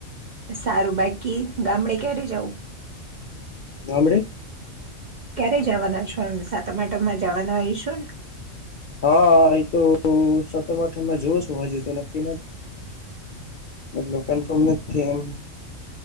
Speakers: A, on the right; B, on the left.
A: સારું બાકી ગામડે ક્યારે જવું?
B: ગામડે
A: ક્યારે જવાના છો? સાતામાટામાં જવાના એ ઇચ્છું ન
B: હા એ તો સત પાઠણમાં જોવ છું હજુ તો નક્કી ન મતલબ <unintelligible> કેમ?